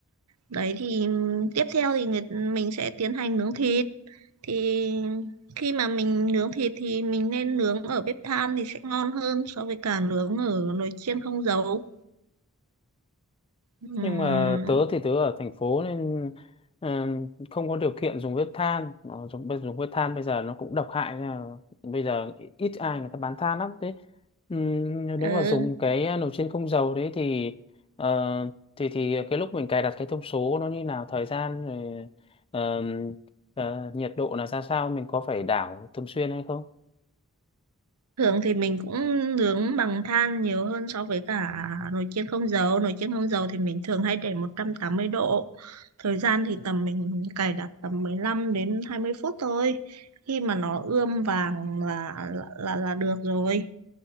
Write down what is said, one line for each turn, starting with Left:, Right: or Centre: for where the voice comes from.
Right: đấy thì tiếp theo thì người, mình sẽ tiến hành nướng thịt thì khi mà mình nướng thịt thì mình nên nướng ở bếp than thì sẽ ngon hơn so với cả nướng ở nồi chiên không dầu Ừm,
Left: nhưng mà tớ thì tớ ở thành phố nên ừm, không có điều kiện dùng bếp than Nó dùng bây- dùng bếp than bây giờ nó cũng độc hại nên là bây giờ ít ai người ta bán than lắm thế ừm,
Right: ừ.
Left: nếu mà dùng cái ờ, nồi chiên không dầu đấy thì ờ, thì thì cái lúc mình cài đặt cái thông số nó như nào thời gian rồi ờm, ờ, nhiệt độ là ra sao mình có phải đảo thường xuyên hay không
Right: Thường thì mình cũng nướng bằng than nhiều hơn so với cả nồi chiên không dầu. Nồi chiên không dầu thì mình thường hay để 180 độ. Thời gian thì tầm mình cài đặt tầm 15 đến 20 phút thôi. Khi mà nó ươm vàng là là là, là được rồi.